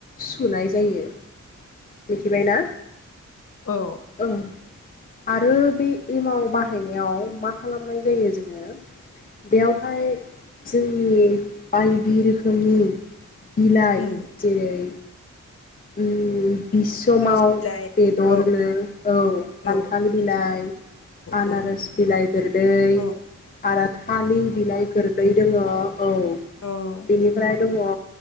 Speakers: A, on the left; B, on the left.
A: सुनाय जायो मिथिबाय ना?
B: औ औ
A: ओं। आरो बे एमाव बाहायनायाव मा खालामनाय जायो जोङो। बेयावहाय जोंनि बायदि रोखोमनि बिलाइ
B: उम
A: जेरै उम। बि समाव
B: आर'ज बिलाइ
A: बेदरनो
B: औ
A: औ खान्थाल
B: औ
A: बिलाइ आनारस
B: औ
A: बिलाइ गोरलै
B: औ
A: आरो थालि बिलाइ गोरलै जोङो औ
B: औ
A: बेनिफ्राय दङ